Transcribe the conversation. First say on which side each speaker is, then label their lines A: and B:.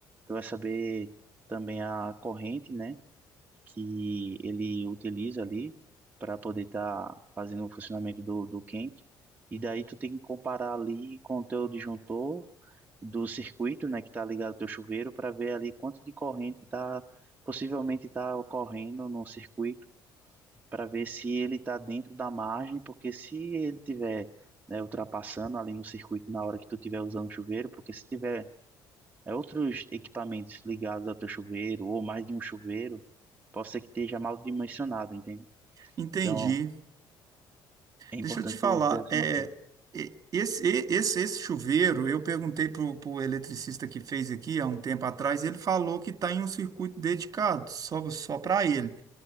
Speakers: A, on the right (about 20°); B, on the right (about 45°).
A: tu vai saber também a corrente, né? Que ele utiliza ali para poder estar fazendo o funcionamento do, do quente. E daí tu tem que comparar ali com o teu disjuntor do circuito, né, que está ligado ao teu chuveiro, para ver ali quanto de corrente está possivelmente está ocorrendo no circuito, para ver se ele está dentro da margem, porque se ele tiver né, ultrapassando ali no circuito na hora que tu tiver usando o chuveiro, porque se tiver é, outros equipamentos ligados ao teu chuveiro ou mais de um chuveiro, pode ser que esteja mal dimensionado, entende?
B: Entendi.
A: Então, é importante
B: Deixa eu te falar,
A: tu ter essa
B: é,
A: noção.
B: e- esse, e- esse, esse chuveiro, eu perguntei para o eletricista que fez aqui há um tempo atrás, ele falou que está em um circuito dedicado, só, só para ele.